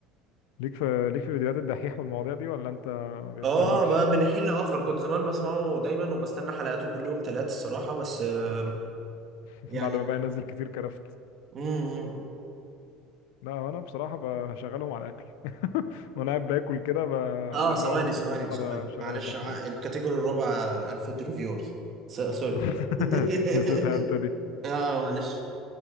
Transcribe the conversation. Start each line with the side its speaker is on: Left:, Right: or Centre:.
Left: ليك في ليك في فيديوهات الدحيح والمواضيع دي ولا انت ما بيستهواكش
Right: اه بقى من حين لاخر كنت زمان بسمعه دايما وبستنى حلقاته كل يوم ثلاث الصراحه بس آه،
Left: <laughs>
Right: يعني
Left: بعد ما بقى ينزل كتير كرفت
Right: مم.
Left: لا هو انا بصراحة بشغلهم على الاكل <laughs> وانا قاعد باكل كده ب-
Right: اه
Left: على هوايا
Right: ثواني
Left: موت
Right: ثواني
Left: ان اه انا اقعد
Right: ثواني
Left: اشغل
Right: معلش
Left: الدحيح
Right: ع- الكاتيجوري الرابع الفود ريفيورز س- سوري
Left: <laughs>
Right: <laughs>
Left: نسيتها انت بالظبط دي
Right: اه معلش